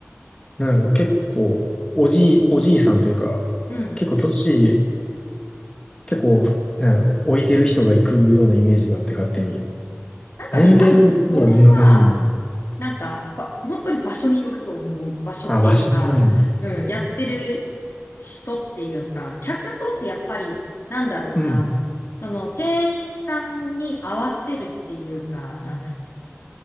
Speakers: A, on the left; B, on the left.
A: なんやろう、結構、おじい、おじいさんというか、
B: うん。
A: 結構年、結構、なんやろう、置いてる人が行くようなイメージがあって、勝手に。
B: なんかね、
A: 年齢層的にはどんな感じなのか
B: 多分それは、なんか、ば、本当に場所によると思う。場所っていうか、
A: なあ、場所によるんや。
B: うん、やってる人っていうか、客層ってやっぱり、なんだろうな、
A: うん。
B: その店員さんに合わせるっていうか、なんだろう。